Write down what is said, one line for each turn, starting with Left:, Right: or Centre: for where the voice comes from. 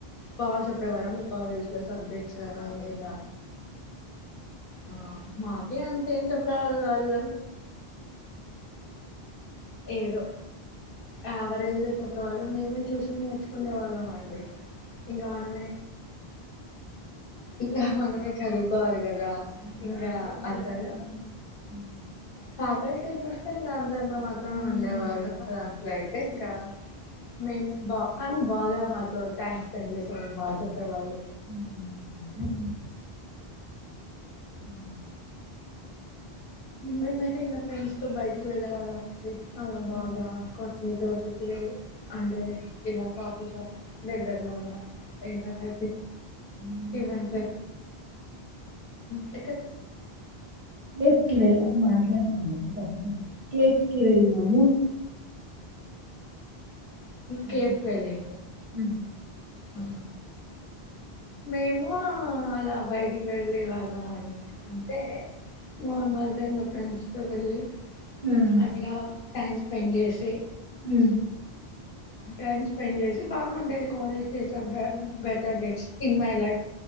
Left: బాగా చెప్పేవారా మీ కాలేజీలో స ఎట్లనో ఉంది ఇగ ఆ మాతి అంతేం చెప్పిన వాళ్ళు ఏదో యావరేజ్ లో చెప్ప వాళ మేమే చూసింది ఉండేవాళ్ళం అండి ఇంకా మనమే ఇంకా మనమే చదువుకోవాలి
Right: ఆ
Left: కదా
Right: హ్మ్.
Left: ఇంకా
Right: సేమ్
Left: అంతగా
Right: ప్రాసెస్సే. హ్మ్.
Left: ఫ్యాకల్టీ చూస్తే ఇంకా అంతంతత్ర. ఉండేవాళ్ళు
Right: హ్మ్.
Left: అ అట్ల అయితే ఇంకా మే బా కానీ బా. బాగా మాతో టైమ్ స్పెండ్ చేసే వాళ్ళుగా చెప్పేవాళ్ళు
Right: అ అ
Left: నిమ్ మైతే ఇ ఫ్రెండ్స్ తో బయటికి వెళ్ళే వాళ్ళ అలా బాగా
Right: హ్మ్.
Left: అంట అంటే ఇలా కాఫీ షాప్ దగ్గరలో ఉంద ఏంటంటే
Right: మేము
Left: తీ మంట అ
Right: బ వెళ్ళ మాట్లాడతాం <unintelligible> హ్మ్.
Left: కేఫ్ వెళ్లి
Right: హ్మ్.
Left: అ మేము అలా బయటికి వెళ్లే వాళ్ళం అవును అంతే మమలుగా ఇం ఫ్రెండ్స్ తో వెల్లి
Right: హ్మ్.
Left: అట్లా థ్యాంస్ స్పెండ్ చేేసి
Right: హ
Left: టైమ్ స్పెండ్ చేసి బాగా ఉండేది కాలేజ్
Right: హ్మ్.
Left: బెటర్ డేస్ ఇన్ మైఫ్